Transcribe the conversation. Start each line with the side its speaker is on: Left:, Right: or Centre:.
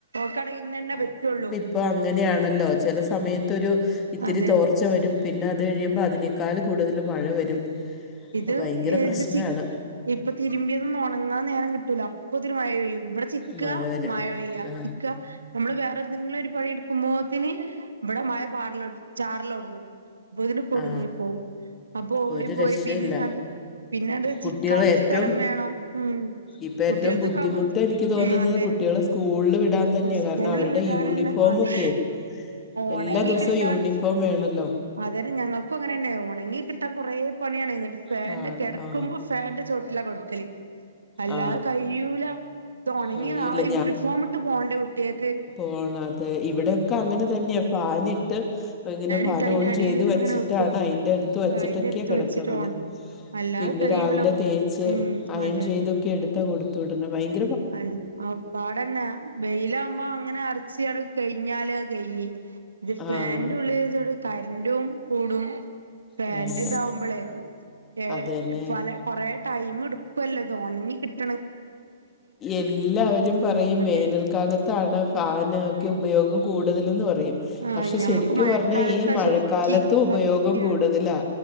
Right: ക്ക് ഇന്നെന്നെ പറ്റുള്ളൂ.
Left: ഇപ്പോ അങ്ങനെയാണല്ലോ ചില സമയത്തൊരു ഇത്തിരി
Right: അതെ
Left: തോർ ർച്ച വരും പിന്നെ അത് കഴിയുമ്പോൾ അതിനേക്കാൾ കൂടുതൽ മഴ വരും.
Right: ഇത്
Left: ഭയങ്കര
Right: ഏത്
Left: പ്രശ്നമാണ്
Right: ചി ഇപ്പൊ തിരുമ്പിയതൊന്നും ഉണങ്ങാൻ നേരം കിട്ടൂല അപ്പൊത്തിന് മഴ പെയ്യും. ഇവിടെ ചി ചിക്കമഴ
Left: മഴ വരും
Right: പെയ്യ
Left: ആ
Right: ചിക്ക നമ്മള് വേറെന്തങ്കിലും ഒരു പണി എടു കുമോത്തിന് ഇവിടെ മഴ പാറില് ചാറിലോടുങ്ങും അപ്പോതിന് കുടുങ്ങിപ്പോകും.
Left: ആ
Right: ഓടി
Left: ഒരു
Right: പോയി
Left: രക്ഷയില്ല
Right: പിന്നെ അത് പിന്നെത് ചിക്കാനും
Left: കുട്ടികൾ ഏറ്റവും
Right: സ്ഥലം വേണം ഉം
Left: ഇപ്പം
Right: കുട്ടികൾ
Left: ഏറ്റവും
Right: താക്കാക്കുമ്പോ
Left: ബുദ്ധിമുട്ട് എനിക്ക് തോന്നുന്നത്
Right: ഉം അതെ
Left: കുട്ടികളെ സ്കൂളിൽ വിടാൻ തന്നെയാണ്
Right: സ്കൂളിൽ
Left: കാരണം അവരുടെ
Right: വിടാണ്ള്ള
Left: യൂണിഫോമൊക്കെ
Right: അത്
Left: എല്ലാ
Right: ഉണങ്ങി
Left: ദിവസവും
Right: കിട്ടാൻ
Left: യൂണിഫോം വേണമല്ലോ
Right: അതന്നെ ഞങ്ങൾക്കും അങ്ങനെ തന്നെയ ഉണങ്ങി കിട്ടാൻ കൊറേ പണിയാണ് ഫേന്റെ
Left: പാട
Right: കിടക്കുമ്പോ
Left: ആ
Right: ഫാന്റെ ചോട്ടിലാ കൊടുക്കല് അല്ലാതെ
Left: ആ
Right: കയൂല. ഇതുണങ്ങി
Left: കഴിയില്ല
Right: നാളെ യൂണിഫോം ഇട്ട് പോണ്ടേ കുട്ടികൾക്ക്.
Left: പോണ അതെ ഇവിടെക്കെ അങ്ങനെ തന്നെയ ഫാന് ഇട്ട് ഇങ്ങനെ ഫാൻ
Right: ഇട്ട് അതിന്റെ
Left: ഓൺ
Right: അടിൽ
Left: ചെയ്ത്
Right: ഇങ്ങനെ
Left: വെച്ചി
Right: വെക്കും
Left: ട്ടാണ് അയിന്റെ ഒരുത്. ടുത്തവച്ചിട്ടൊക്കെയ
Right: അയിന്റെ അടുത്ത്
Left: കിടക്കണത്
Right: വെച്ചിട്ട് ഓൺ അല്ലാതെ
Left: പിന്നെ
Right: കയ്യൂല
Left: രാവിലെ തേച്ച്
Right: ഉം
Left: അയ
Right: അതെ
Left: ചെയ്തൊക്കെ എടുത്താ കൊടുതുവിടണ് ഭയങ്ക
Right: അ ആ പാടന്നെ വെയിലകുമ്പോ അങ്ങനെ ആർ ച്ച് അത്കഴിഞ്ഞാല് കഴിഞ്ഞി ഇത്
Left: ആഹ്
Right: ഫാന്റ് ഉള്ളില് വെച്ചാണ്ട് കരന്റു കൂടും ഫാന്റ്തമ്പോളേ
Left: കരണ്ട്
Right: ഏ
Left: അത് തന്നെ
Right: പല കുറേ ടൈം എടുക്കുവല്ലോ ഇതൊണങ്ങി കിട്ടാ
Left: എല്ലാവരും
Right: ഉം
Left: പറയും
Right: അതെ
Left: വേനൽക്കാലത്താണ് ഫാൻ
Right: ഉം
Left: ഒക്കെ ഉപയോഗം കൂടുതലെന്ന് പറയും.
Right: ആഹ്
Left: പക്ഷെ
Right: ഞമ്മക്ക്
Left: ശരിക്കു
Right: മഴക്കാലത്താ
Left: പറഞ്ഞാ ഈ മഴക്കാലത്ത്
Right: ശരിക്ക്
Left: ഉപയോഗം
Right: സത്യാണ്
Left: കൂടുതലാ.